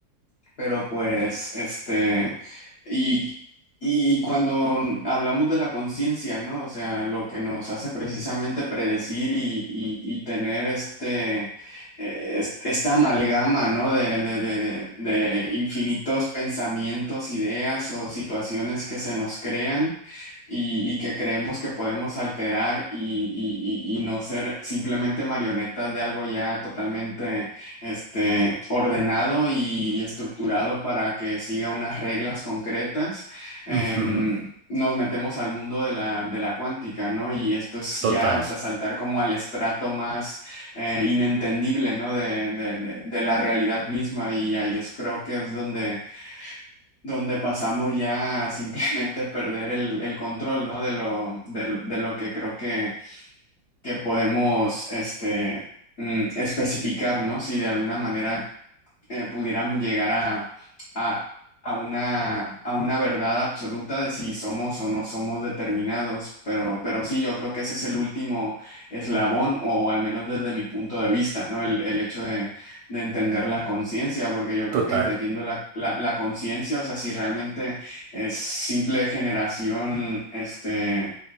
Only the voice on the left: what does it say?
Pero pues, este, y, y cuando hablamos de la conciencia, ¿no? O sea, lo que nos hace precisamente predecir y, y- y tener este, eh, est- esta amalgama, ¿no? De, de, de, de, de infinitos pensamientos, ideas o situaciones que se nos crean y, y que creemos que podemos alterar y, y, y y no ser simplemente marionetas de algo ya totalmente este, ordenado y estructurado para que siga unas reglas concretas, em,
nos metemos al mundo de la, de la cuántica, ¿no? Y esto es
ya, o sea, saltar como al estrato más eh, inentendible, ¿no? De, de- de- de la realidad misma y ahí es, creo que es donde, donde pasamos ya a simplemente <laughs> perder el, el control, ¿no? De lo, de, de lo que creo que, que podemos, este... mm, especificar, ¿no? Si de alguna manera eh, pudiéramos llegar a, a- a una, a una verdad absoluta de si somos o no somos determinados, pero, pero sí, yo creo que ese es el último eslabón, o al menos desde mi punto de vista, ¿no? El, el hecho de, de entender la conciencia, porque yo creo
que entendiendo la, la- la conciencia, o sea, si realmente es simple generación, este...